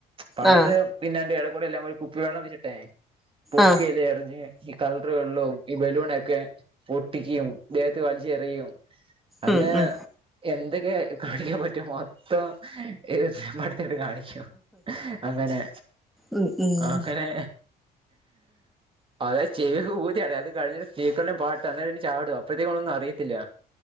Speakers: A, on the right; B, in the centre.
A: പാട്ട്
B: ആ
A: പിന്നന്റെ എടെകൂടെ എല്ലാം കൂടി കുപ്പി വെള്ളം വെച്ചിട്ടെ പൊക്കിയല്ലേറിഞ്ഞ്
B: ആ
A: ഈ ക ർ വെള്ളോം ഈ ബലൂണക്കെ പൊട്ടിക്കും ദേഹത്ത് വലിച്ചെറിയും അന്ന്
B: ഉം ഉം
A: എന്തക്കെ കാണിക്കാൻ പറ്റുമോ അത്രോം <unintelligible> കാണിക്കും. ശൊ അങ്ങനെ
B: ഉം ഉം
A: ആങ്ങനെ അതാ ചെവി ഊരിറിയാ അത് കഴിഞ്ഞിട്ട് സ്പീക്കർല് പാട്ടന്നേരന്ന് ചാടാ അപ്പെഴ്ത്തേക്കുമ്മളൊന്നു അറിയത്തില്ല.